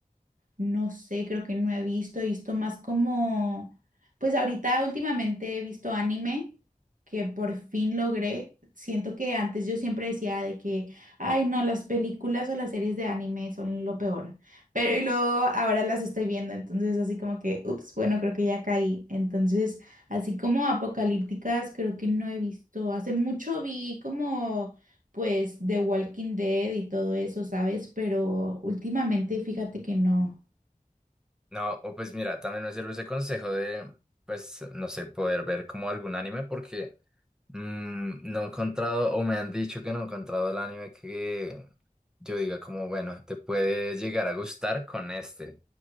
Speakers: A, on the right (about 60°); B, in the centre.
A: No sé, creo que no he visto, he visto más como, pues ahorita últimamente he visto anime que por fin logré. Siento que antes yo siempre decía de que, ay, no, las películas o las series de anime son lo peor, pero y luego ahora las estoy viendo, entonces así como que, ups, bueno, creo que ya caí. Entonces, así como apocalípticas, creo que no he visto. Hace mucho vi como pues The Walking Dead y todo eso, ¿sabes? Pero últimamente fíjate que no.
B: No, o pues mira, también me sirve ese consejo de, pues, no sé, poder ver como algún anime porque mm, no he encontrado, o me han dicho que no he encontrado el anime que yo diga como, bueno, te puede llegar a gustar con este.